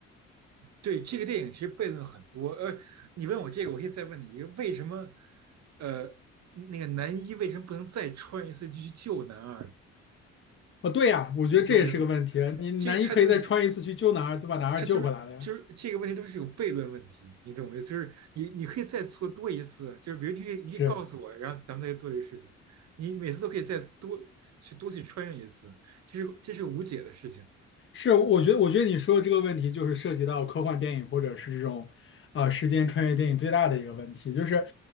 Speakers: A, on the right; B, on the left.
A: 对，这个电影其实悖论很多。呃，你问我这个，我可以再问你一个：为什么，呃，那个男一为什么不能再穿一次去救男二？
B: 哦，对呀，我觉得这也是个问题啊。
A: 你懂我意思吗？
B: 你男一可以再穿一次去救男二，
A: 这它就是
B: 就把男二救回来了呀。
A: 它就是就是这个问题都是有悖论问题，你懂吗？就是你你可以再做多一次，就是比如你可以你可以告诉我，
B: 是。
A: 然后咱们再做这个事情，你每次都可以再多去多去穿越一次，这是这是无解的事情。
B: 是，我觉得，我觉得你说的这个问题就是涉及到科幻电影或者是这种，呃，时间穿越电影最大的一个问题，就是，